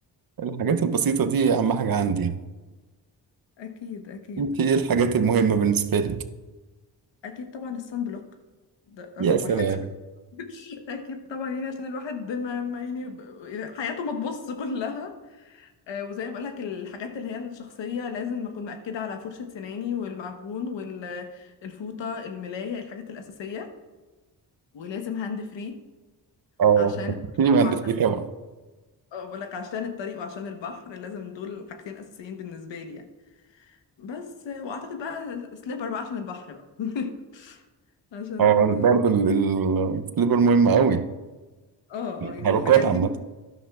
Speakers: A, on the right (about 55°); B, on the left (about 80°).
A: الحاجات البسيطة دي أهم حاجة عندي
B: اكيد اكيد
A: أنت إيه الحاجات المهمة بالنسبة لك؟
B: اكيد طبعا الصن بلوك ده رقم
A: يا سلام
B: واحد <laughs> اكيد طبعا يعني عشان الواحد ما ما يعني ب- حياته ما تبص كلها آه، وزي ما بقولك الحاجات اللي هي الشخصية لازم أكون مأكدة على فرشة سناني والمعجون والفوطة الملاية الحاجات الأساسية ولازم هاند فري
A: أه
B: عشان
A: فكرتيني بهندسة
B: عشان
A: إيه طبعا
B: اه بقولك عشان الطريق وعشان البحر لازم دول حاجتين أساسيين بالنسبة لي يعني بس آه، وأعتقد بقى سليبر بقى عشان البحر بقى <laughs> عشان
A: أه
B: ال-
A: برضه ال- ال- السليبر مهم أوي
B: اه
A: التحركات
B: اه يعني الحاجات
A: عامة
B: دي